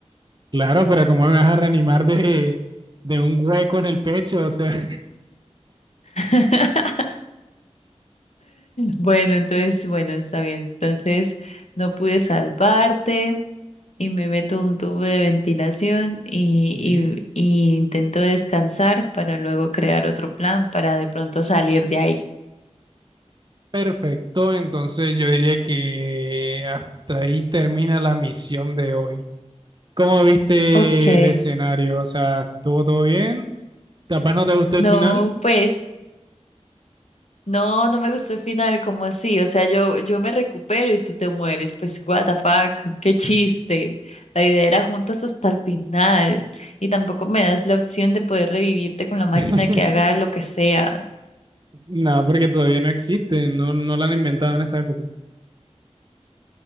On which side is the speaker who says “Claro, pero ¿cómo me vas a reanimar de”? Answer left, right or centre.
Right